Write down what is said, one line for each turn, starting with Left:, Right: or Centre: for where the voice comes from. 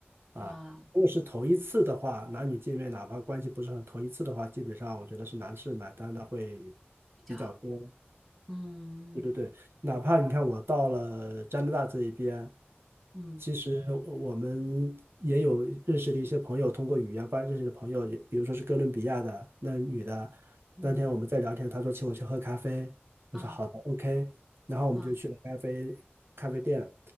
Right: 啊。
Centre: <laughs> 啊、
Right: 如果是头一次的话，男女见面哪怕关系不是很头一次的话，基本上我觉得是男士买单的会比较多。
Centre: 比较好，嗯
Right: 对对对，哪怕你看我到了加拿大这一边。
Centre: 嗯
Right: 其实我们也有认识的一些朋友，通过语言吧认识的朋友，也比如说是哥伦比亚的那女的，
Centre: 嗯
Right: 那天我们在聊天，她说请我去喝咖啡，我说好的，OK，
Centre: 嗯啊
Right: 然后我们就去了咖啡咖啡店，
Centre: 啊